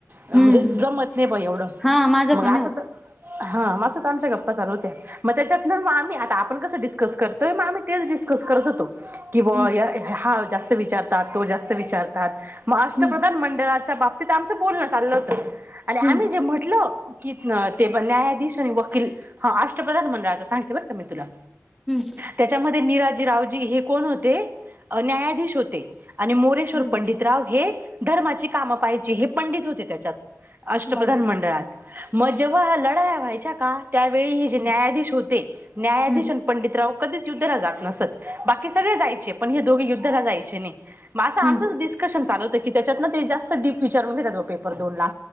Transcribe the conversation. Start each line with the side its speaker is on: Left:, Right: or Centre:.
Right: म्हणजे
Centre: हं,
Right: जमत
Centre: हं.
Right: नाही बाई एवढं.
Centre: हा माझं
Right: मग
Centre: पण नाही
Right: असंच
Centre: होत.
Right: हा असच आमच्या गप्पा चालू होत्या, मग त्याच्यात ना मग आम्ही आता आपण कसं डिस्कस करतोय. मग आम्ही तेच डिस्क डिस्कस करत होतो की, बॉ
Centre: हं,
Right: हा जास्त विचारतात, तो जास्त विचार विचारतात. अष्टप्रधान
Centre: हं,
Right: मंडळाच्या बाबतीत आमचं बोलणं चाललं होत आणि आम्हीे
Centre: हं,
Right: जे म्हट म्हटलो की, ते पण न्यायाधीश आणि वकील हा अष्टप्रधान मंडळाचं सांगते बरं का मी तुला
Centre: हं,
Right: त्याच्यामध्ये निराजी रावजी हे कोण होते? न्यायाधीश होते आणि मोरेश्वर
Centre: हं.
Right: पंडितराव हे धर्माची कामं पाहिजे हे पंडित होते त्याच्यात अष्टप्रधान
Centre: बरोबर.
Right: मंडळात, मग जेव्हा लढाया व्हायच्या का त्यावेळी हे जे
Centre: हं,
Right: न्यायाधीश होते न्यायाधीश
Centre: हं,
Right: पंडितराव कधीच ड्युट्यांना जात नसंत. बाकी सगळे जायचे पण दोघे युद्ध युद्धांना जायचे नाही. मग आमचं
Centre: हं.
Right: असच डिस्कशन चालू होत त्याच्यात डीप विचारून घेतात पेपर दोन ला